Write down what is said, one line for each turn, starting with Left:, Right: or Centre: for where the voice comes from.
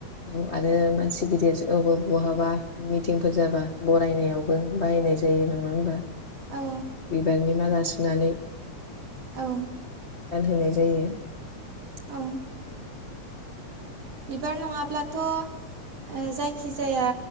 Left: औ आरो मा सि गिदिर औबा बहाबा मिथिंफोर जाबा बरायनायावबो बाहायनाय जायो। नङा होमबा?
Right: औ
Left: बिबारनि माला सुनानै
Right: औ
Left: गानहोनाय जायो।
Right: औ बिबार नङाब्लाथ' ओ जायखि जाया